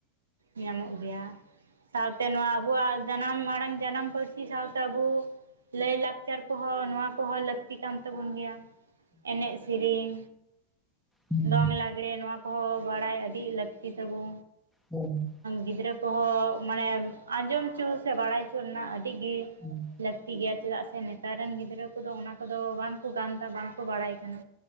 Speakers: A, on the right (about 70°); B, in the centre.
A: ᱧᱟᱢᱚᱜ ᱜᱮᱭᱟ। ᱥᱟᱶᱛᱮ ᱱᱚᱣᱟ ᱟᱵᱚᱣᱟᱜ ᱡᱟᱱᱟᱢ ᱟᱲᱟᱝ ᱡᱟᱱᱟᱢ ᱯᱟᱹᱨᱥᱤ ᱥᱟᱶᱛᱮ ᱟᱵᱚ ᱞᱟᱹᱭ ᱞᱟᱠᱪᱟᱨ ᱠᱚᱦᱚᱸ ᱱᱚᱣᱟ ᱠᱚᱦᱚᱸ ᱞᱟᱹᱠᱛᱤ ᱠᱟᱱ ᱛᱟᱵᱚᱱ ᱜᱮᱭᱟ ᱮᱱᱮᱡ ᱥᱮᱨᱮᱧ
B: ᱦᱩᱸ
A: ᱫᱚᱝ ᱞᱟᱜᱽᱲᱮ ᱱᱚᱶᱟ ᱠᱚᱦᱚᱸ ᱵᱟᱲᱟᱭ ᱟᱹᱰᱤ ᱞᱟᱹᱠᱛᱤ ᱛᱟᱵᱚ।
B: ᱦᱮᱸ
A: ᱜᱤᱫᱽᱨᱟᱹ ᱠᱚᱦᱚᱸ ᱢᱟᱱᱮ ᱟᱸᱡᱚᱢ ᱦᱚᱪᱚ ᱥᱮ ᱵᱟᱲᱟᱭ ᱨᱮᱱᱟᱜ ᱟᱹᱰᱤ ᱜᱮ
B: ᱦᱩᱸ
A: ᱞᱟᱹᱠᱛᱤ ᱜᱮᱭᱟ ᱪᱮᱫᱟᱜ ᱥᱮ ᱥᱮ ᱱᱮᱛᱟᱨ ᱨᱮᱱ ᱜᱤᱫᱽᱨᱟᱹ ᱠᱚᱫᱚ ᱚᱱᱟ ᱠᱚᱫᱚ ᱵᱟᱝ ᱠᱚ ᱜᱟᱱ ᱮᱫᱟ ᱵᱟᱝᱠᱚ ᱵᱟᱲᱟᱭ ᱠᱟᱱᱟ